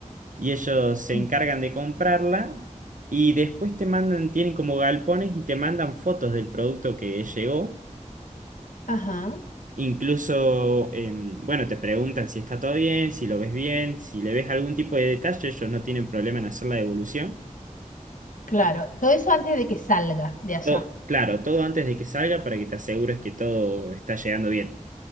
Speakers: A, on the right; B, on the left.
A: y ellos se
B: Mm.
A: encargan de comprarla y después te mandan, tienen como galpones y te mandan fotos del producto que llegó.
B: Ajá,
A: Incluso, em, bueno, te preguntan si está todo bien, si lo ves bien, si le ves algún tipo de detalle, ellos no tienen problema en hacer la devolución.
B: claro. Todo eso antes de que salga de allá.
A: To- claro, todo antes de que salga para que te asegures que todo está llegando bien.